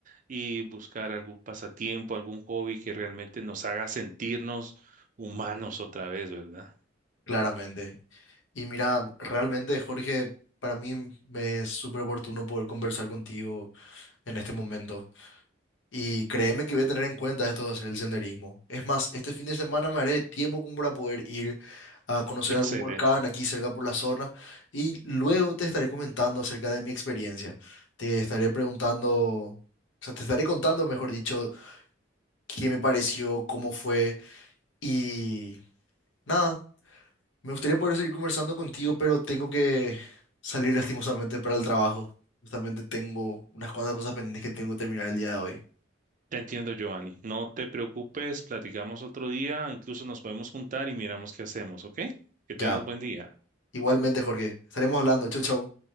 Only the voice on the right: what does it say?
y buscar algún pasatiempo, algún hobby que realmente nos haga sentirnos humanos otra vez, ¿verdad?
Excelente.
Te entiendo, Giovanni. No te preocupes, platicamos otro día, incluso nos podemos juntar y miramos qué hacemos, ¿ok? Que
tengas buen día.